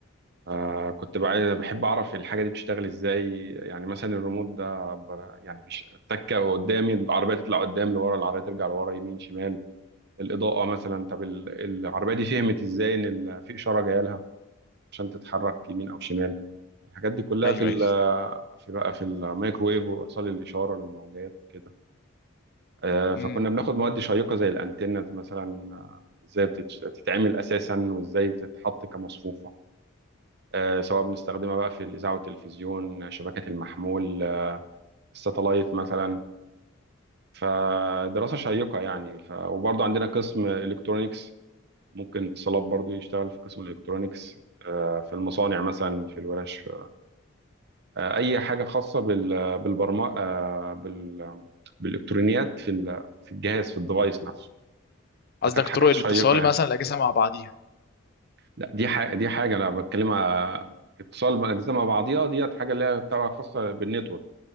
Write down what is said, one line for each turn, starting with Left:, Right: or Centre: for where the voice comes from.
Right: فكنت بعي- بحب اعرف الحاجه دي بتشتغل ازاي يعني مثلا الريموت ده ب- يعني بيش- التكه قدامي العربيه تطلع قدام لورا العربيه ترجع لورا يمين شمال الاضاءه مثلا طب ال- العربيه دي فهمت ازاي ان ال- في اشاره جايه لها عشان تتحرك يمين او شمال الحاجات دي كلها
Left: ايوه
Right: في ال
Left: ايوه
Right: في بقى في الميكروويف وارسال الاشاره للموجات كده آه، فكنا
Left: امم
Right: بناخد مواد شيقة زي الأنتنز مثلا آه، ازاي بتتش- بتتعمل أساسا وازاي بتتحط كمصفوفة آه، سواء بنستخدمها بقى في الإذاعة والتلفزيون آه، شبكات المحمول آه، الساتلايت مثلا فدراسة شيقة يعني ف... وبرضه عندنا قسم إلكترونيكس ممكن اتصالات برضه يشتغل في قسم الإلكترونيكس آه، في المصانع مثلا في الورش آه، أي حاجة خاصة بال... بالبرمجة بال... بالإلكترونيات في ال... في الجهاز في الديفايس نفسه
Left: قصدك
Right: فكانت حاجات
Left: طرق الاتصال
Right: شيقة يعني
Left: مثلا الاجهزه مع بعضيها
Right: لا دي حاجة دي حاجة أنا بتكلمها اتصال من أجزاء مع بعضيها ديت حاجة اللي هي تبع خاصة بالنتورك